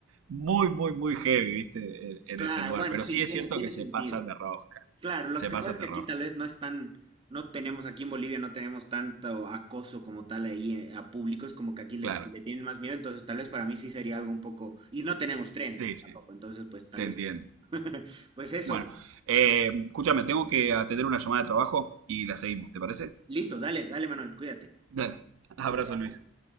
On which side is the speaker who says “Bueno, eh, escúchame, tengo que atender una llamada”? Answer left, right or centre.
Right